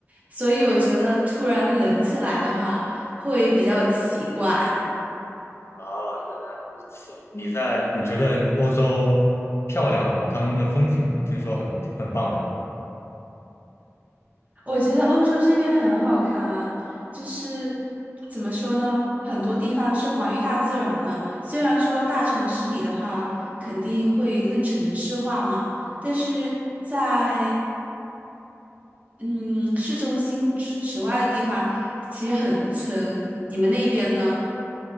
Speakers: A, on the right; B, on the left.
A: 所以我觉得突然冷起来的话会比较奇怪。
B: 哦，原来如此。你在，你觉得欧洲漂亮吗？他们的风景听说很很棒的。
A: 我觉得欧洲这边很好看啊，就是怎么说呢，很多地方是还于大自然的。虽然说大城市里的话肯定会更城市化嘛，但是在嗯市中心之之外的地方，其实很村。你们那边呢？